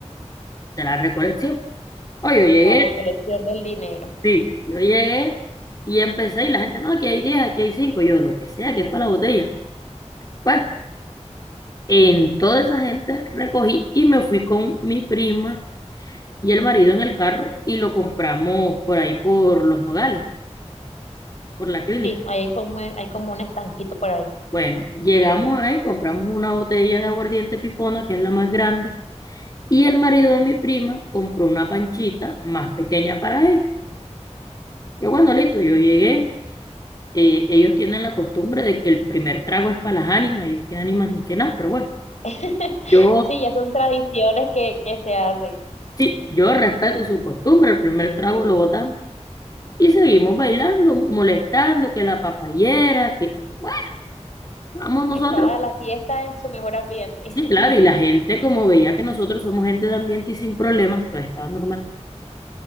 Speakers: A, on the left; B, on the left.
A: de la recolección. Oye, yo
B: <laughs>
A: llegué,
B: la recolección del dinero.
A: sí, yo llegué y empecé y la gente, no, aquí hay 10, aquí hay 5, yo lo que sea, que es para la botella. Bueno, en toda esa gente recogí y me fui con mi prima y el marido en el carro y lo compramos por ahí por Los Nogales, por la clínica.
B: Sí, hay como, hay como un estanquito por ahí.
A: Bueno, llegamos ahí, compramos una botella de aguardiente pipona, que es la más grande, y el marido de mi prima compró una panchita más pequeña para ellos. Yo cuando listo, yo llegué, eh, ellos tienen la costumbre de que el primer trago es para las ánimas, yo qué ánimas ni qué nada, pero bueno,
B: <laughs>
A: yo
B: Sí, ya son tradiciones que, que se hacen.
A: sí, yo respeto su costumbre, el primer trago lo botamos y seguimos bailando, molestando, que la papayera, que... bueno, Vamos nosotros
B: Estaba la fiesta en su mejor ambiente. <laughs>
A: Sí, claro, y la gente, como veía que nosotros somos gente de ambiente y sin problemas, todo estaba normal.